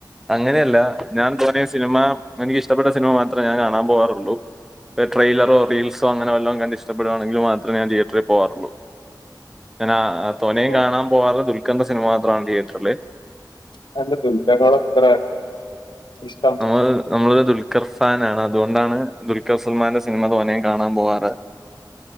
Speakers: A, in the centre; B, on the left.
A: അങ്ങനെയല്ല ഞാൻ തോനേ സിനിമ എനിക്കിഷ്ടപ്പെട്ട സിനിമ മാത്രമേ ഞാൻ കാണാൻ പോകാറുള്ളൂ ട്രെയിലറോ റീൽസോ അങ്ങനെ വല്ലാം കണ്ട് ഇഷ്ടപ്പെടുകയാണെങ്കിൽ മാത്രേമേ ഞാൻ തീയേറ്ററിൽ പോവാറുള്ളൂ ഞാനാ തോനേയും
B: ഓഹ്
A: കാണാൻ പോകാറ് ദുൽക്കറിന്റെ സിനിമ മാത്രമാണ് തിയേറ്ററില്
B: അതെന്താ ദുൽക്കാരനോട് ഇത്ര ഇഷ്ടം
A: നമ്മ നമ്മളൊരു ദുൽഖർ ഫാൻ ആണ് അതുകൊണ്ടാണ് ദുൽഖർ സൽമാന്റെ സിനിമ തോനേയും കാണാൻ പോകാറ്